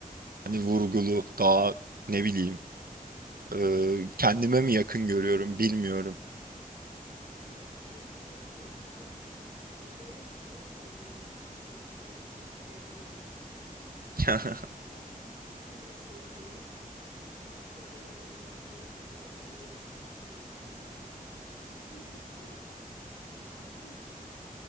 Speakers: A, on the right; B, on the left.
A: Hani vurgulu, daha ne bileyim
B: Evet.
A: e, kendime mi yakın görüyorum bilmiyorum.
B: Evet olabilir. Ben e, benim en sevdiğim 3 rapçi. İlki Eminem. <laughs>
A: <laughs>
B: Ee, ikincisi Kendrick. Gerçi son dönemlerde Kendrick'i çok seviyorum ama Eminem'in farklı bir yeri var bende. Üçüncüsü tartışmaya açık.